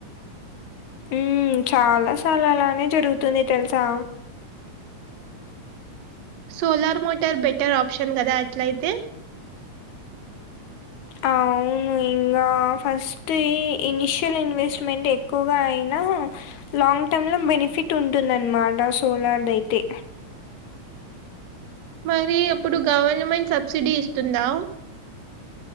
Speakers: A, on the left (about 75°); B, on the right (about 65°).
A: హ్మ్ చాలాసార్లు అలానే జరుగుతుంది తెలుసా
B: సోలార్ మోటార్ బెటర్ ఆప్షన్ కదా అట్లయితే
A: అవును ఇంగా ఫస్ట్ ఇనిషియల్ ఇన్వెస్ట్మెంట్ ఎక్కువగా అయినా లాంగ్ టర్మ్ లో బెనిఫిట్ ఉంటుందనమాట సోలార్ ది అయితే
B: మరి అప్పుడు గవర్నమెంట్ సబ్సిడీ ఇస్తుందా